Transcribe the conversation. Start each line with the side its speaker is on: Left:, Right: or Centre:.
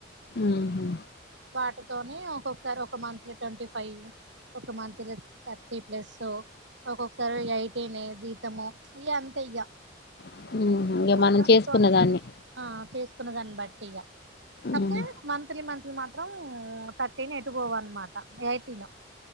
Left: ఉహు
Right: వాటితోనే ఒకోకసారి ఒక మంత్లీ ట్వంటీ ఫైవ్ ఒక మంత్ లో థర్టీ ప్లస్ ఒక్కొక్కసారి ఏయిటీనే జీతము ఇ అంతే ఇగ
Left: ఉహు ఇగ
Right: ఒక
Left: మనం
Right: సంత
Left: చేసుకునే
Right: ఉంటే
Left: దాన్ని
Right: ఆ చెసు దాన్ని బట్టి ఇగ కాపోతే
Left: ఉమ్
Right: మంత్లీ మంత్లీ మా మాం తర్టీన్ ఎటుపోఅన్నమాట ఎయిటిన్